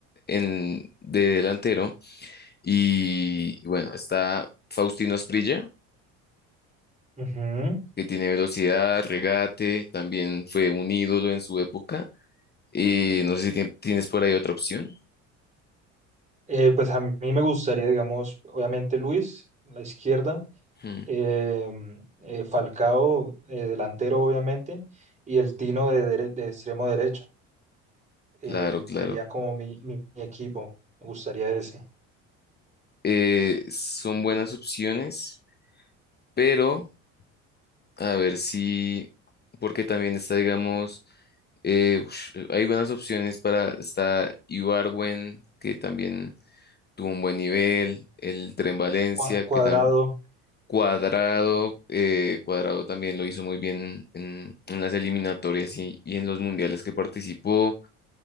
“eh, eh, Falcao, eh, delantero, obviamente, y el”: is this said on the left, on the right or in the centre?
Right